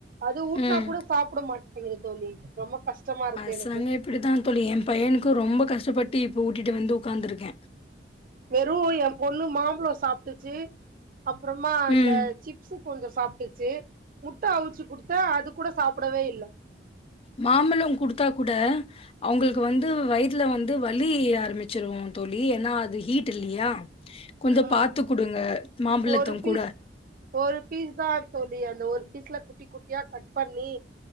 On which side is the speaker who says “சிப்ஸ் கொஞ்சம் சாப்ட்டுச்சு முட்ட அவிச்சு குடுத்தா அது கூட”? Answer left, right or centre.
Right